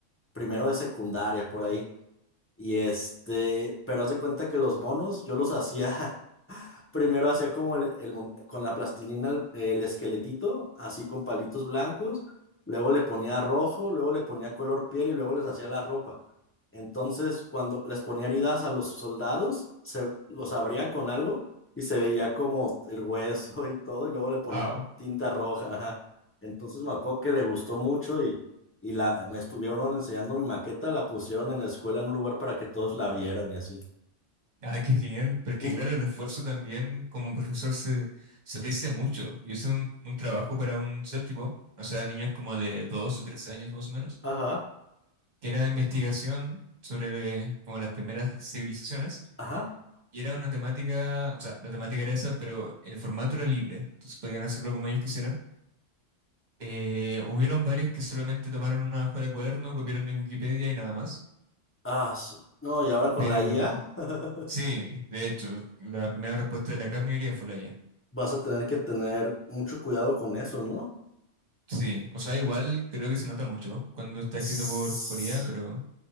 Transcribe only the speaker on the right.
Ah,
Ah, qué genial. Pero es que
claro, el esfuerzo también como profesor se, se aprecia mucho. Yo hice un, un trabajo para un séptimo, o sea, niños como de dos o tres años más o menos,
que era investigación sobre eh, como las primeras civilizaciones.
Y era una temática, o sea, la temática era esa, pero el formato era libre. Entonces podían hacerlo como ellos quisieran. Eh, hubieron varios que solamente tomaron una hoja de cuaderno, copiaron de Wikipedia y nada más.
Pero
sí, de hecho, la primera respuesta de la gran mayoría fue la IA.
Sí, o sea, igual creo que se nota mucho cuando está
escrito por, por IA, pero